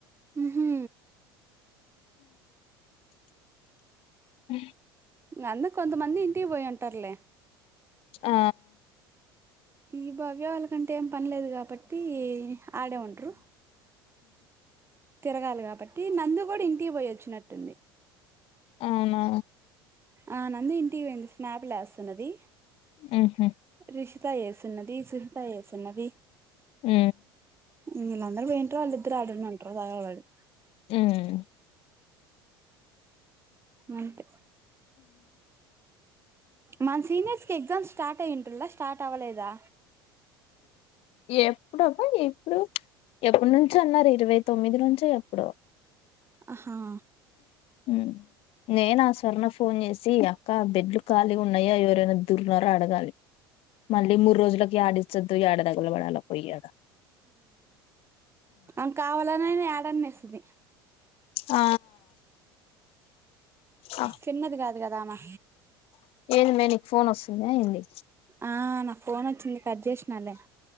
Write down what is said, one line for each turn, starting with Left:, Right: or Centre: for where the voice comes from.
Right: ఊహూ
Left: అ
Right: అందరు కొంతమంది ఇంటి పోయి ఉంటర్లే
Left: ఆ
Right: ఈ భవ్య వాళ్ళ కంటే ఏం పనిలేదు కాబట్టి ఆడే ఉంట్రు తిరగాలిగ కాబట్టి నందు కూడ ఇంటికి పోయిొచ్చినట్టుంది
Left: అవున
Right: ఆ నంది ఇంటిక్ పోయింది స్నాప్ లేస్తున్నది
Left: ఊహు
Right: రిషిత వస్తున్నది సుహిత వస్తున్నది
Left: ఉ
Right: వీళ్ళందరూ పోయింటరు వాళ్ళిద్దరు ఆడ ఉండి ఉంటారు సాగ వాళ్ళు
Left: ఉమ్
Right: అంతే మన సీనియర్స్ కి ఎగ్జామ్స్ స్టార్ట్ అయ్యంటు ల్లా స్టార్ట్ అవ్వలేదా
Left: ఎప్పుడబ్బ ఎప్పుడు ఎప్పుడ్నుంచి అన్నారు ఇరవై తొమ్మిది నుంచి ఎప్పుడో
Right: అహా
Left: ఉమ్ నేను ఆ స్వర్ణ ఫోన్ చేసి అక్క బెడ్లు ఖాళీగ ఉన్నాయా ఎవరైనా దుర్నార అడగాలి మళ్ళీ మూడ్ రోజులకి ఆడిస్తుది <inaudible>
Right: అం కావాలనె యాడన్నేస్తుంది
Left: ఆ ఆ,
Right: తిన్నది కాదు కదామా
Left: ఏంది మె నీక్ ఫోన్ వస్తుంద ఏంది
Right: ఆ నా క్ ఫోన్ వచ్చింది కట్ చేసినాలే